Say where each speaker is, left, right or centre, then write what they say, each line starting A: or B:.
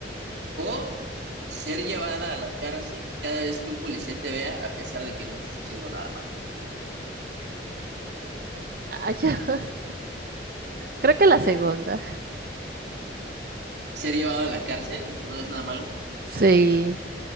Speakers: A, on the right (about 70°); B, on the right (about 55°).
A: ¿O ser llevada a la cárcel cada vez que un policía te vea, a pesar de que no estés haciendo nada malo?
B: Ah, ya. <laughs> Creo que la segunda.
A: ¿Ser llevada a la cárcel, aunque no hagas nada malo?
B: Sí.